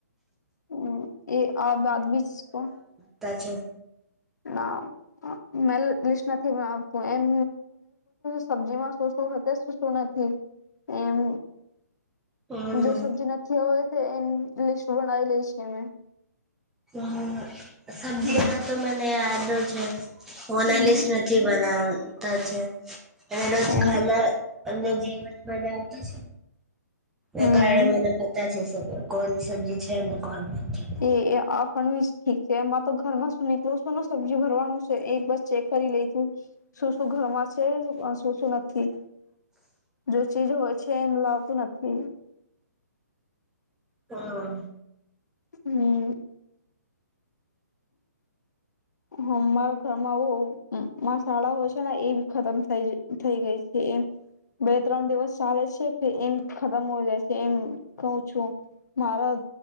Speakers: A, on the left; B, in the centre.
A: હમ એ આ વાત બી છે
B: તા છે
A: ના મે લસ્ટ નથી બનાવતું એમ સબ્જીમાં શું શું છે ને શું નથી એમ
B: હમ
A: જો સબ્જી નથી હોય એની લિસ્ટ બનાવી લઈ છે અમે
B: હ સબ્જી
A: હમ
B: માં તો મને છે ઓનાલિસ
A: હમ
B: નથી બનાવતા છે એનો જ
A: એમ
B: ખાાલ અન્ય જીવન મજ આપતા
A: હમ
B: એ કારણે મને પતા છે કોણ સબ્જી છે કોણ નથી
A: એ એ આપણ ઠીક છે એમાં તો ઘરમાં શું નીકળ છો સબ્જી ભરવાનું એકર ચેક કરી લઈું શું ઘર માં છે શું નથી જો ચીજ હોય છે એમલ ું નથી
B: હા
A: હમ હમ મારા ઘરમાં આવુ મસાલા હોય છે ને એ બી ખતમ થ થઈ ગઈ છે એમ બે ત્રણ દિવસ ચાલે છે કે એમ ખતમ હો જાય છે એમ કહું છું મારા